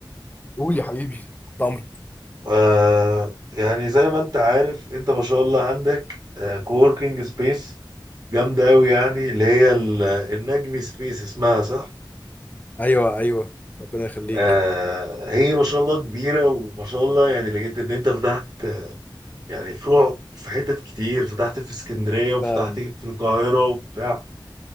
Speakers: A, on the left; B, on the right.
A: قول يا حبيبي تحت امرك
B: ف- يعني زي ما انت عارف انت ما شاء الله عندك كووركينج سبيس جامدة قوي يعني اللي هي ال- النجمي سبيس اسمها صح؟
A: ايوه ايوه ربنا يخليك
B: آه، هي ما شاء الله كبيرة وما شاء الله يعني لقيت ان انت فتحت آه، يعني فروع في حتت كتير فتحت في اسكندرية وفتحت
A: فعلا
B: في القاهرة وبتاع